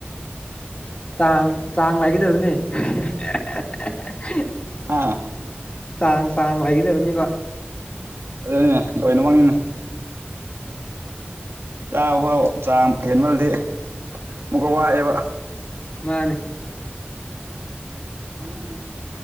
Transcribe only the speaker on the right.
ꯍꯥꯥ
ꯑꯗꯨꯅꯦ ꯂꯣꯏꯅꯃꯛꯅꯤꯅꯦ ꯆꯥꯕ ꯐꯥꯎ ꯆꯥꯡ ꯍꯦꯟꯃꯜꯗꯤ ꯑꯃꯨꯛꯀ ꯋꯥꯢꯑꯦꯕ
<unintelligible>